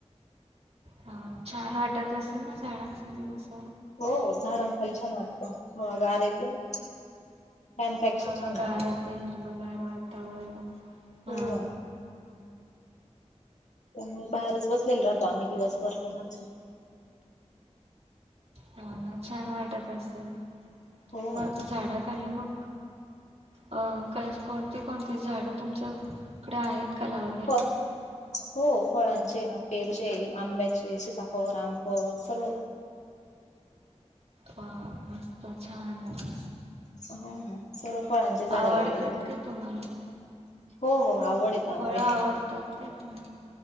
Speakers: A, on the right (about 60°); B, on the left (about 75°).
A: हा छान वाटत असेल मग झाडांखाली बसून.
B: हो झाडांखाली छान वाटतं हवा गार येते ना. फॅन पेक्षा
A: हवागार
B: छान वाटतं,
A: येते हिरवगार वातावरण. हा
B: हो. त्यामुळे बाहेरच बसलेलो राहतो, आम्ही दिवसभर उन्हाच.
A: हो ना छान वाटत असेल
B: हो
A: मग झाडाखाली मग. अ काय कोणती कोणती झाड तुमच्याकडे आहेत. का लावलेली?
B: फ हो फळांचे ना. पेरूचे, आंब्याचे, सीताफळ, रामफळ सर्व.
A: वा मस्त छान आहे.
B: हो सर्व फळांचे झाड
A: आवडतात
B: लावलेली आहे.
A: का तुम्हाला?
B: हो हो आवड आहे त्यामुळे.
A: फळं आवडतात का तुम्ही?